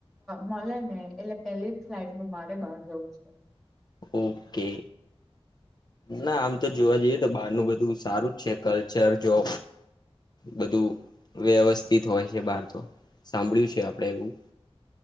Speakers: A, in the centre; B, on the left.
A: મળે ને, એટલે પેલી જ ફ્લાઇટમાં મારે બહાર જવું છે.
B: ઓકે, ના આમ તો જોવા જઈએ તો બહારનું બધું સારું જ છે. કલ્ચર, જોબ બધું વ્યવસ્થિત હોય છે બહાર તો સાંભળ્યું છે આપડે એવું.